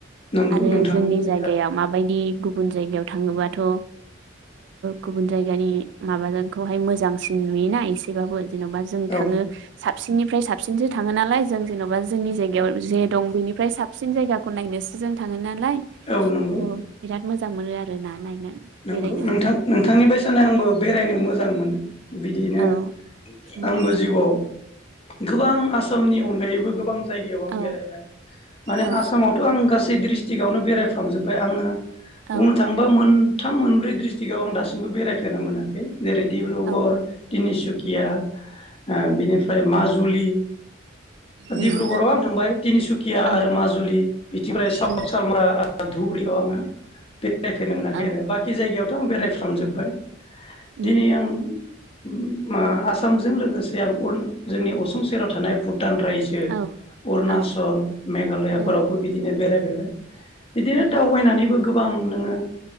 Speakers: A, on the left; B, on the right.
A: नंगौ
B: आरो
A: नोंथांनि
B: जोंनि
A: बुंनाया
B: जायगायाव
A: थारैनो
B: माबायदि गुबुन जायगायाव थाङोबाथ' ओ गुबुन जायगानि माबाजोंखौहाय मोजांसिन नुयोना एसेबाबो। जेन'बा जों
A: औ
B: थाङो साबसिननिफ्राय साबसिनसो थाङो नालाय जों जेन'बा जोंनि जायगायाव जे दं बेनिफ्राय साबसिन जायगाखौ नायनोसो जों थाङो। नालाय
A: औ नंगौ
B: थ' बिराद मोजां मोजां मोनो आरो ना नायनानै। बेरायनो
A: नोंगौ नोंथां नोंथांनि बायसानो आंबो बेरायनो मोजां मोनो। बिदिनो
B: औ उम
A: आंबो जिउआव गोबां आसामनि अनगायैबो गो बां जायगायाव आं
B: औ
A: बेरायबाय माने
B: औ
A: आसामावथ' आं गासै सै डिस्ट्रिक्आवनो बेरायफ्रामजोबबाय आङो।
B: औ
A: बुंनो थाङोबा मोन थाम मोनब्रै डिस्ट्रिक्टआव आं दासिमबो बेरायफेरनो मोनाखै। जेरै डिब्रुगड़
B: औ
A: तीनिसु सुखिया ओ बिनिफ्राय माजुलि
B: उम
A: डिब्रुगड़आव आं थांबाय तिनिसुकिया
B: औ
A: आरो माजुलि बिनिफ्राय साउथ
B: उम
A: सालमारा आरो धुबुरियाव आङो बेरायफेरनो खै
B: औ
A: आरो बाखि जायगायावथ' आं बेरायफ्रामजोबबाय।
B: उम उम
A: दिनै आं उम आ आसामजों लोगोसे आं अरुना जोंनि असुं सेराव थानाय भु टान रायजो
B: औ
A: अरुणाचल
B: औ
A: मेघालयाफोरावबो
B: उम
A: बिदिनो बेराय <unintelligible> बिदिनो
B: उम
A: दावबायनानैबो गोबां नोङो